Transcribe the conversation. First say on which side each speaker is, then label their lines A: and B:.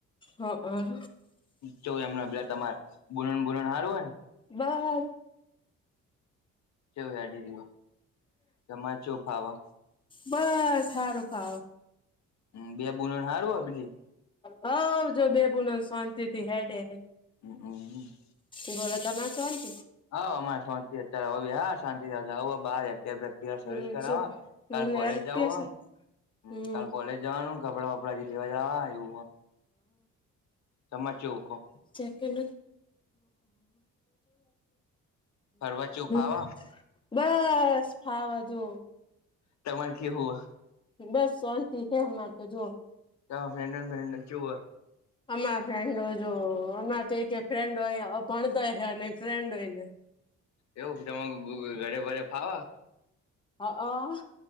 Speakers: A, on the left; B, on the left.
A: હ હ
B: તો એમના પેલા તમારે બુલણ બુલણ હારવું હોય ને
A: વાહ
B: ચેવું હેડી રહ્યું તમારે ચેવું ફાવે
A: બસ સારું ખાવ.
B: હ બે બુલણ હાર હો બલી
A: હ જો બેબુન શાંતિ થી હેડે હે.
B: ઓ હ
A: બલોત ના શહચ
B: હા અમારે શાંતિ અત્યારે હા શાંતિ આવ બાર સર્વિસ
A: હમ
B: કરાવવા
A: શું હમ
B: કાલ કોલેજ
A: યાર
B: જવું
A: કેસ
B: હ
A: હમ
B: હ કાલ કોલેજ જવાનું? કપડા વપડાજી લેવા જવા એવું સમજવું કહ
A: કેમ.
B: ફરવા ચેવું ફાવ
A: <unintelligible> બસ, ફાવ જો.
B: તમાર કેવુ હ?
A: બસ સોંતિ છેે અમાર તો, જો!
B: તમાર ફ્રેન્ડો ને ફ્રેન્ડો ને ચેવુ હ?
A: અમારા ફ્રેન્ડો જો, અમારા તો એકે ફ્રેન્ડો અ ભણતા જ ફ્રેન્ડો ય નથી.
B: એવું તમાર <unintelligible> ઘરે બરે ફાવ?
A: હઆં